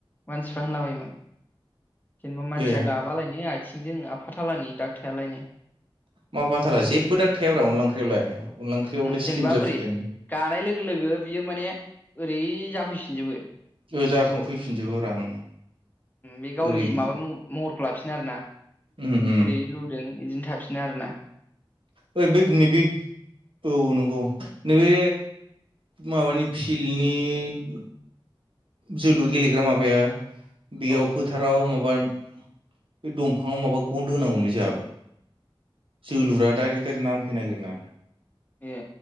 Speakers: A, on the left; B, on the right.
A: मानसिफ्रा होनला बायोमोन जेनेबा मानसिया
B: ए
A: गाब माबालायनो आथिंजों आफाथालानि दाख थायालायनो
B: मा आफाथाला जेबो दाग थायााब्रा अनला ओंख्रियावलाय अनला ओंख्रियावलाय
A: जेनेबा
B: स्लिम जाफिनखायोनो
A: बोरै गानाय लोगो- लोगो बियो माने ओरै जाफैफिनजोबो
B: ओ जाखांफैफिनजोबौ
A: ज'
B: रा ओं
A: बे गावनि
B: ओरै
A: माबा म महरखौ लाफिनो आरो ना?
B: उम उम
A: जेरै लुदों बिदिनो थाफिनो आरो ना
B: ओ बेै नैबे औ नंगौ नैबे माबानि फिल्डनि जोलुर गेलेग्रा माबाय बेयाव
A: औ
B: फोथाराव माबा बे दंफाङाव माबा गन दोनांगौमोनलै जोंहा जोलुरा दरै दायरै नांफैनो नागिर ना
A: ए